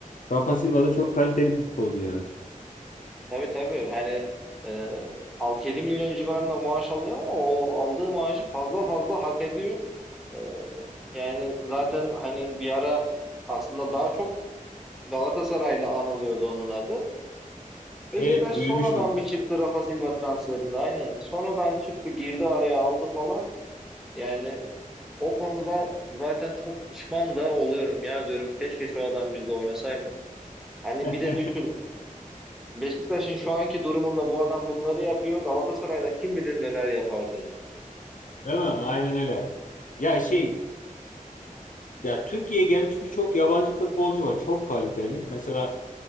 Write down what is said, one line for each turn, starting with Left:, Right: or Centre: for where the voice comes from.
Left: Rafa Silva da çok kaliteli bir futbolcu ya.
Centre: Tabii tabii hani e, 6-7 milyon civarında maaş alıyor ama o aldığı maaşı fazla fazla hak ediyor. E, yani zaten hani bir ara aslında daha çok Galatasaray'la anılıyordu onun adı. Beşiktaş
Left: Evet duymuştum.
Centre: sonradan bir çıktı Rafa Silva transferinde aynen. Sonradan çıktı girdi araya aldı falan. Yani o konuda zaten çok pişman da oluyorum ya diyorum keşke şu adam bizle oynasaymış. Hani
Left: <laughs>
Centre: bir de düşün Beşiktaş'ın şu anki durumunda bu adam bunları yapıyor. Galatasaray'da kim bilir neler yapardı ya.
Left: Değil mi? Aynen öyle. Ya şey ya Türkiye'ye gelmiş birçok yabancı futbolcu var. Çok kaliteli. Mesela